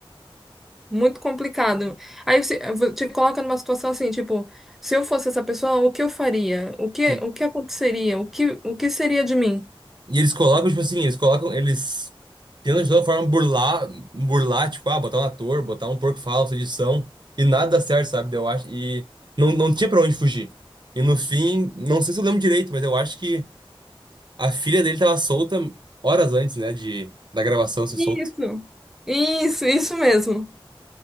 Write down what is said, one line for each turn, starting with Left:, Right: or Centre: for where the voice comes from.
Centre: muito complicado. Aí você vo- te coloca numa situação assim, tipo, se eu fosse essa pessoa, o que eu faria? O que,
Right: Sim.
Centre: o que aconteceria? O que, o que seria de mim?
Right: E eles colocam, tipo assim, eles colocam, eles tentam de toda forma burlar, burlar, tipo, ah, botar um ator, botar um porco falso, edição, e nada dá certo, sabe? Eu acho, e não, não tinha pra onde fugir. E no fim, não sei se eu lembro direito, mas eu acho que a filha dele tava solta horas antes, né, de, da gravação ser
Centre: Isso,
Right: solta.
Centre: isso, isso mesmo.